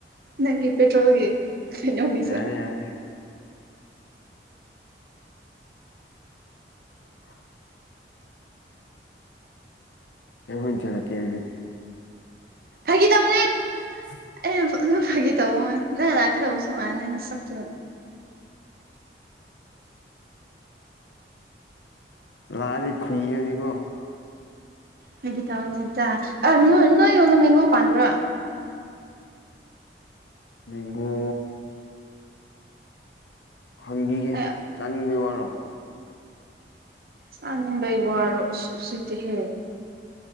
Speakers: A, on the right; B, on the left.
A: ꯅꯪꯒꯤ ꯄꯦꯇ꯭ꯔꯣꯜꯒꯤ ꯀꯩꯅꯣꯒꯤꯁꯨ
B: ꯌꯥꯔꯦ ꯌꯥꯔꯦ <inaudible> ꯑꯩ ꯍꯣꯔꯦꯟ ꯊꯤꯜꯂꯛꯀꯦ ꯑꯗꯨꯗꯤ
A: ꯐꯥꯒꯤ ꯇꯧꯕꯅꯦ
B: <inaudible>
A: ꯑꯩꯅ ꯑꯗꯨꯝ ꯐꯥꯒꯤ ꯇꯧꯕꯅꯦ ꯅꯪ ꯂꯥꯛꯀꯗꯧꯕꯁꯨ ꯃꯥꯟꯗꯦ ꯅꯁꯛꯇꯨꯒ
B: ꯂꯥꯑꯗꯤ ꯈꯨꯏꯒꯅꯤꯀꯣ
A: ꯐꯥꯒꯤ ꯇꯧꯕꯅꯤꯗ ꯑ ꯅꯣꯏ ꯅꯣꯢꯔꯣꯝꯗ ꯃꯦꯡꯒꯣ ꯄꯥꯟꯕ꯭ꯔꯣ
B: ꯃꯦꯡꯒꯣ ꯍꯪꯕꯤꯒꯦ
A: ꯑꯩ
B: ꯆꯥꯅꯤꯡꯕꯩ ꯋꯥꯔꯣ
A: ꯆꯥꯅꯤꯡꯕꯩ ꯋꯥꯔꯣ ꯏꯁ ꯎꯁꯤꯠꯇꯦꯍꯦ